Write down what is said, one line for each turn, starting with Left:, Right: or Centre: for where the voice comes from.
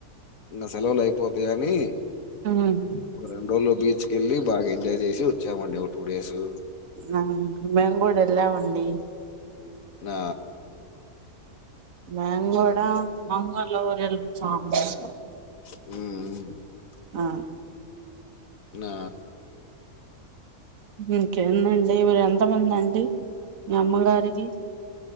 Left: ఇంకా సెలవులు అయిపోతాయని అని
Right: ఆ
Left: ఒక రెండు రోజులు బీచ్ వెళ్ళి బాగా ఎంజాయ్ చేసి వచ్చామండి ఒక టూ డేసు
Right: ఆ మేంగూడు ఎళ్ళామండి
Left: ఆ
Right: మేం గూడా మంగళూరు వెళ్ళొచ్చాం అం
Left: ఉమ్ ఊ
Right: ఆ
Left: నా
Right: ఇంకేందండి మీరు ఎంతమంది అండి మీ అమ్మగారికి